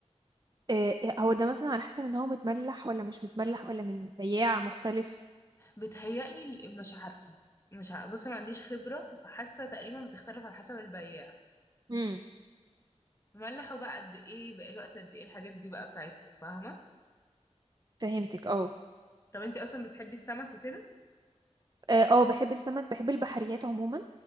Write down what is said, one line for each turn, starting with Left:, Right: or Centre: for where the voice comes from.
Right: آه، هو ده مثلا على حسب ان هو متملح ولا مش متملح ولا من بياع مختلف
Left: بتهيألي ال- مش عارفه مش عارفة. بص ما عنديش خبره فحاسه تقريبا بتختلف على حسب البياع
Right: امم
Left: ملحوا بقى قد ايه بقى له وقت قد ايه الحاجات دي بقى بتاعتهم فاهمه
Right: فهمتك اه
Left: طب انتي اصلا بتحبي السمك وكده
Right: اه آه، بحب السمك بحب البحريات عموما